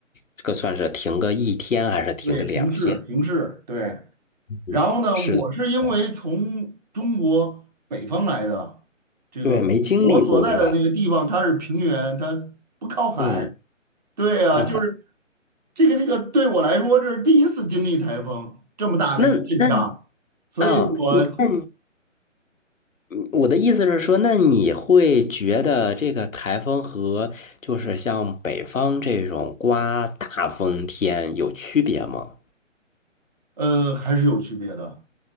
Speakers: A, on the left; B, on the right.
A: 这个算是停个一天还是停个两天？
B: 对，停市停市，对。
A: 嗯，
B: 然后呢，
A: 是的，
B: 我是因为从中国北方来的，
A: 是的
B: 这个我所在的那个地方它是平原，
A: 对，没经历过，对吧？
B: 它不靠海。
A: 对，
B: 对呀、
A: 看看。
B: 就是这个这个对我来说，这是第一次经历台风这么大的一个阵仗，
A: 那那
B: 所以我
A: 啊，你那我的意思是说，那你会觉得这个台风和就是像北方这种刮大风天有区别吗？
B: 呃还是有区别的，